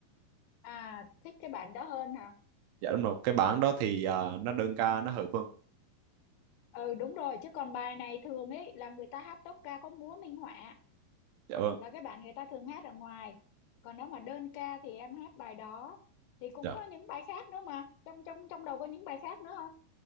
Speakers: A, on the left; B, on the right.
A: À, thích cái bản đó hơn hả?
B: dạ đúng rồi cái bản đó thì ờ, nó đơn ca nó hợp hơn
A: Ừ đúng rồi, chứ còn bài này thường ấy là người ta hát tốp ca có múa minh họa
B: dạ vâng
A: là cái bản người ta thường hát ở ngoài. Còn nếu mà đơn ca thì em hát bài đó thì cũng
B: dạ
A: có những bài khác nữa mà. Trong trong trong đầu có những bài khác nữa không?